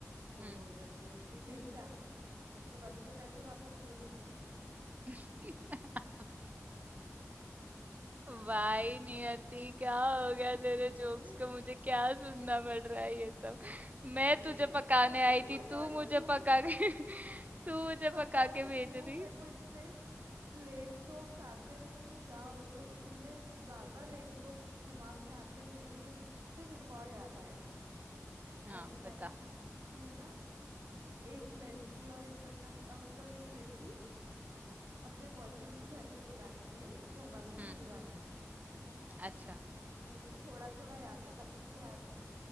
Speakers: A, on the right; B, on the right.
A: तो
B: हम्म
A: लड़की बोलती है फिर क्या मुझसे बस के पैसे वापस ले लिए <laughs>
B: <laughs> भाई नियति
A: हम्म,
B: क्या हो गया तेरे
A: मेरे
B: जोक्स
A: को
B: को मुझे क्या सुनना पड़ रहा है ये सब मैं
A: अरे
B: तुझे पकाने
A: मेरे
B: आई
A: को मैं
B: थी
A: बताने
B: तू मुझे
A: क्यों
B: पका के <laughs> तू मुझे
A: पता
B: पका
A: नहीं
B: के भेज
A: क्यों
B: रही
A: मेरे को इतने लेम जोक्स आते हैं ना मेरे को क्या बताऊं इतने ज्यादा लेम जोक्स दिमाग में आते हैं मेरे में देख एक और याद आया है मेरे को
B: हाँ
A: यार वो क्या
B: बता
A: था कि ये ना एक लड़की और एक लड़का ना अ, मतलब एक लड़की अपने बॉयफ्रेंड को घर पे बुलाती है घर वालों से
B: हम्म
A: मिलवाने के लिए है ना
B: अच्छा
A: ये मेरे को थोड़ा थोड़ा याद है अच्छे से याद नहीं है